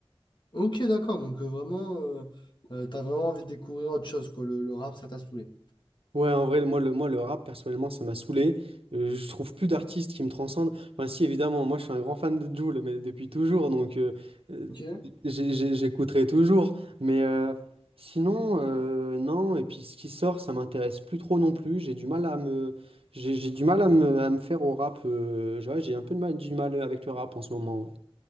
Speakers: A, on the left (about 55°); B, on the right (about 75°).
A: Ok, d'accord. Donc euh, vraiment, euh, euh, t'as vraiment envie de découvrir autre chose, quoi. Le, le rap, ça t'a saoulé.
B: Ouais, en vrai, moi, le, moi, le rap, personnellement, ça m'a saoulé. Euh, je trouve plus d'artistes qui me transcendent. Enfin, si, évidemment, moi, je suis un grand fan de Jul, mais depuis toujours, donc euh, euh,
A: Ok.
B: j'ai- j'ai- j'écouterai toujours. Mais euh, sinon, euh, non, et puis ce qui sort, ça m'intéresse plus trop non plus. J'ai du mal à me... J'ai j'ai du mal à me, à me faire au rap. euh, j'ai ouais, j'ai un peu de mal, du mal avec le rap en ce moment. ouais.